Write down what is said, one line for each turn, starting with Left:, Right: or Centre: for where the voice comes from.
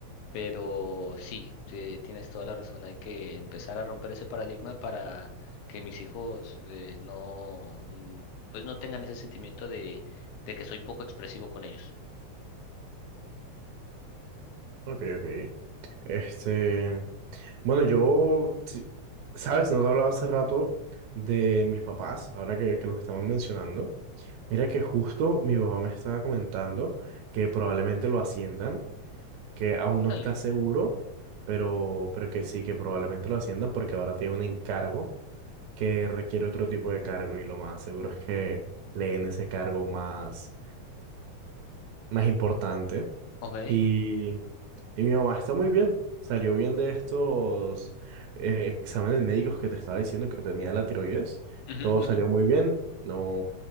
Left: Pero sí, sí, tienes toda la razón, hay que empezar a romper ese paradigma para que mis hijos eh, no, mm, pues no tengan ese sentimiento de, de que soy poco expresivo con ellos.
Right: Ok, ok. Este, bueno, yo, si- sabes, no te hablaba hace rato de mis papás, ahora que, que los estamos mencionando. Mira que justo mi papá me estaba comentando que probablemente lo asciendan, que aún
Left: Órale,
Right: no está seguro, pero, pero que sí, que probablemente lo asciendan porque ahora tiene un encargo que requiere otro tipo de cargo y lo más seguro es que le den ese cargo más, más importante.
Left: ok.
Right: Y, y mi mamá está muy bien, salió bien de estos eh, exámenes médicos que te estaba diciendo que tenía la tiroides,
Left: Ujú,
Right: todo salió
Left: ujú.
Right: muy bien, no